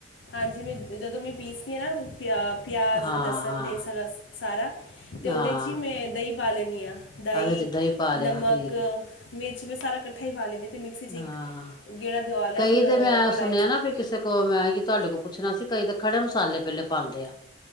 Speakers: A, on the left; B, on the left.
A: ਹਾਂਜੀ! ਮੈਂ ਜਦੋਂ ਮੈਂ ਪੀਸਦੀ ਹਾਂ। ਨਾ ਪਿਆ ਪਿਆਜ਼,
B: ਹਾਂ
A: ਲਸਣ
B: ਹਾਂ
A: ਅਤੇ ਸਰਸ ਸਾਰਾ ਤੇ ਉਹਦੇ
B: ਹਾਂ
A: ਚ ਹੀ ਮੈਂ ਦਹੀਂ ਪਾ ਲੈਂਦੀ ਹਾਂ। ਦਹੀਂ
B: ਆਹ ਵਿੱਚ ਪਾ ਲਿਆ
A: ਨਮਕ
B: ਠੀਕ ਹੈ।
A: ਮਿਰਚ ਮਸਾਲ ਇਕੱਠਾ ਹੀ ਪਾ ਲੈਦੀ ਅਤੇ ਮਿਕਸੀ ਚ ਇੱਕ
B: ਹਾਂ
A: ਗੇੜਾ ਦਵਾ ਲਿਆ।
B: ਕਈ
A: ਫਿਰ
B: ਤੇ ਮੈਂ
A: ਕੜਾਹੀ
B: ਸੁਣਿਆ
A: 'ਚ
B: ਨਾ ਵੀ ਕਿਸੇ ਕੋਲ ਮੈਂ ਤੁਹਾਡੇ ਕੋਲ ਪੁੱਛਣਾ ਸੀ। ਕਈ ਤਾਂ ਖੜੇ ਮਸਾਲੇ ਪੇਲੇ ਪਾਉਂਦੇ ਆ।